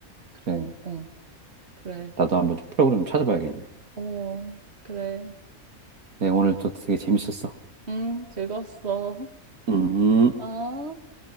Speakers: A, on the right; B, on the right.
A: 그래.
B: 어, 어, 그래.
A: 나도 한번 좀 프로그램 찾아봐야겠네.
B: 어, 그래.
A: 네, 오늘 또 되게 재밌었어.
B: 응, 즐거웠어.
A: 음.
B: 어.